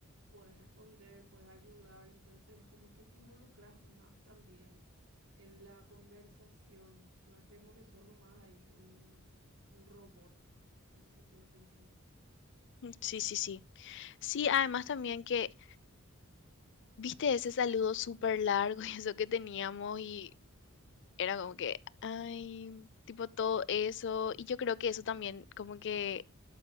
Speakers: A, on the right (about 80°); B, on the left (about 60°).
A: puedes responder, puedes ayudar, entonces es como que te involucras más también en la conversación, no es como que sos nomás ahí un, un robot, no sé si tiene sentido.
B: Mm, Sí, sí, sí. Sí, además también que, viste ese saludo súper largo y eso que teníamos y era como que, ay, tipo todo eso. Y yo creo que eso también como que